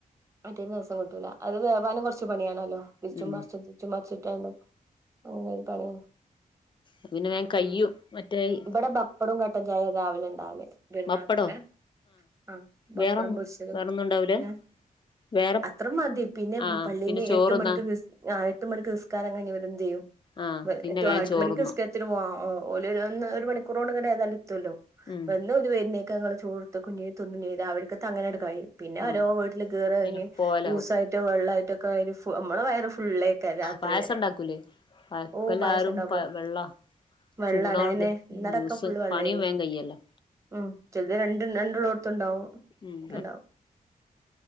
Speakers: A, on the right (about 20°); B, on the left (about 35°).
A: മറ്റേൻ്റെ രസം കിട്ടൂല. അത് വേവാനും കൊർച്ച് പണിയാണല്ലോ തിര്ച്ചും
B: ഉം
A: മർച്ചും ര്ച്ചുമർച്ചുട്ടാണ്ട് അങ്ങനൊരു പണിയാണ്
B: ത്പിന്നെ വേം കയ്യും മറ്റേയി
A: വടെ പപ്പടും കട്ടൻ ചായ രാവിലെണ്ടാവല് പെരുന്നാക്കൊക്കെ
B: പപ്പടോ
A: ആഹ് ബപ്പടം
B: വേറൊന്നും
A: പൊരിച്ചതും
B: വേറൊന്നും ഉണ്ടാവൂല
A: ഏഹ്
B: വേറെ
A: അത്ര മതി. പിന്നെ
B: ആഹ്
A: പള്ളീന്ന്
B: പിന്നെ ചോറ്ന്നാ
A: എട്ട് മണിക്ക് നിസ് ആഹ് എട്ട്മണിക്ക് നിസ്കാരം കഴിഞ്ഞ് വെരും ചെയ്യും.
B: ആഹ്
A: മ
B: പിന്നെ
A: എത്തോ
B: വേഗം
A: ആഹ് എട്ടു
B: ചോറ്ന്നും
A: മണിക്ക് നിസ്ക വൊ ഓഹ് ഓല് ര ഒര് മണിക്കൂറോണ്ട്ങ്ങനെ ഏതാലും എത്തുല്ലോ
B: ഉം
A: <unintelligible> ക്കങ്ങള് <unintelligible> രാവിലത്തെ അങ്ങനെ ആട് കഴിയും പിന്നെ ഓരോ
B: ആഹ്
A: വീട്ടില് കേറി
B: ഇതിനൊക്കെ
A: എറങ്ങി
B: പോവലാവും
A: ജൂസായിറ്റും വെള്ളായിറ്റും ഒക്കെ കയിഞ്ഞ് നമ്മളെ വയറ് ഫുള്ളേ ക്കെ രാത്രി
B: പായസം
A: വരെ
B: ഉണ്ടാക്കൂലേ ഇപ്പ
A: ഓ
B: എല്ലാരും
A: പായസം ഇണ്ടാക്കും
B: വെള്ള
A: വെള്ളാണ്
B: ചൂടോണ്ട്
A: അയന്നെ ഇന്നടക്കം
B: ജ്യൂസ്
A: ഫുള്ള് വെള്ളേനി
B: പണിയും വേഗം കയ്യല്ലോ
A: ഉം ചെലത് രണ്ട് രണ്ടുള്ളോടത്തുണ്ടാവും
B: ഉം
A: ഒക്കെണ്ടാവും